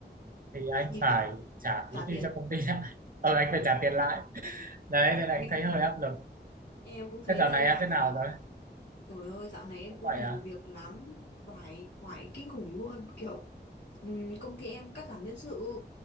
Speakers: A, on the right; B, on the left.
A: thì anh
B: Thì
A: phải
B: phải
A: trả
B: trả
A: phí thi
B: tiền.
A: cho công ty lại <laughs> ờ anh
B: Ừ.
A: phải trả tiền lại đấy nên là
B: Em
A: anh thấy hơi áp lực
B: Em cũng thế
A: thế giờ
B: đây
A: này em
B: dạo
A: thế
B: này
A: nào rồi
B: trời ơi dạo này em
A: cũng
B: cũng
A: vậy
B: nhiều
A: à
B: việc lắm oải oải kinh khủng luôn kiểu ừm, công ty em cắt giảm nhân sự